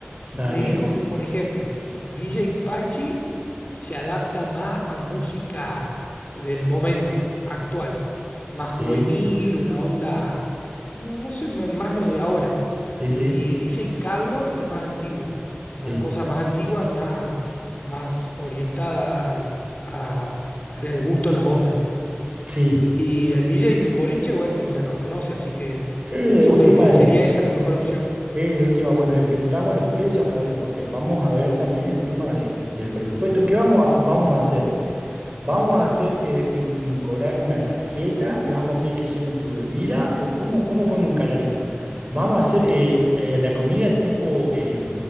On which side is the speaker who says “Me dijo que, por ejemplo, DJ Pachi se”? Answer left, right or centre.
Left